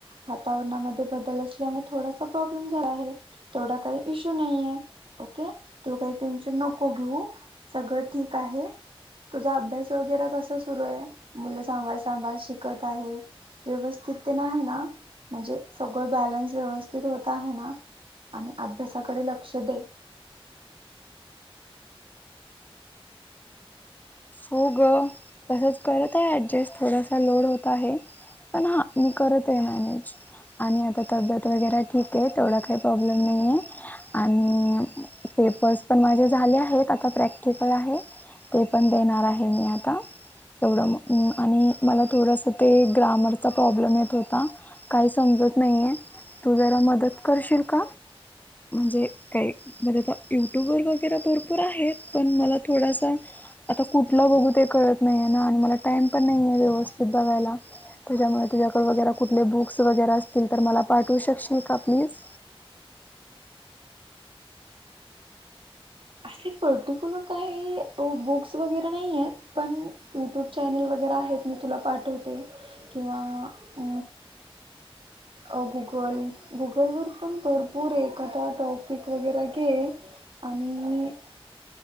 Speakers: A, on the right (about 60°); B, on the left (about 15°).
A: वातावरणामध्ये बदल असल्यामुळे, थोडासा प्रॉब्लेम झाला आहे. तेवढा काही इश्यू नाहीये, ओके, तू काही टेशन नको घेऊ, सगळं ठीक आहे, तुझा अभ्यास वगैरा कसं सुरु आहे, मुलं सांभाळत सांभाळत शिकत आहे, व्यवस्थित तेण आहे ना, म्हणजे सगळं बॅलन्स व्यवस्थित होत आहे ना. आणि अभ्यासाकडे लक्ष दे.
B: हो ग, तसंच करत आहे ॲडजस्ट, थोडासा लोड होत आहे. पण हा मी करते मॅनेज. आणि आता तब्येत वगैरे ठीके, तेवढा काही प्रॉब्लेम नाहीये, आणि पेपर्स पण माझे झाले आहेत, आता प्रॅक्टिकल आहे, ते पण देणार आहे. मी आता. तेवढं, मंम आणि मला थोडंसं ते ग्रामरचा प्रॉब्लेम येत होता. काही समजत नाहीये, तू जरा मदत करशील का? म्हणजे काही, म्हणजे युट्यूब वर वगैरे भरपूर आहेत, पण मला थोडासा, आता कुठ ठल बघू ते कळत नाहीे ना, आणि मला टाइम पण नाहीये, व्यवस्थित बघायला. त्याच्यामुळे तुझ्याकडे वगैरा, कुठले बुक्स वगैरे असतील तर, मला पाठवू शकशील का प्लीज.
A: असे पलटी क्लियर काही बुक्स वगैरे नाहीयेत. पण युट्यूब चॅनेल वगैरे आहेत, मी तुला पाठवते. किंवा, अ अ गुगल, गुगल वर पण भरपूर आहे एखादा टॉपिक वगैरे घे. आणि.